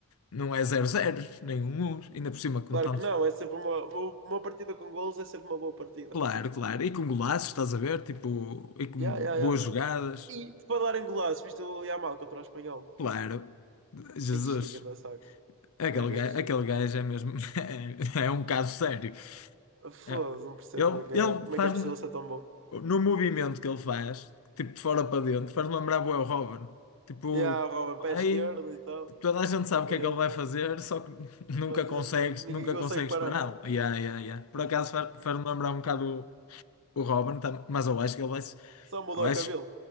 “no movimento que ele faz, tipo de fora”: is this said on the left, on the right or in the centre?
Left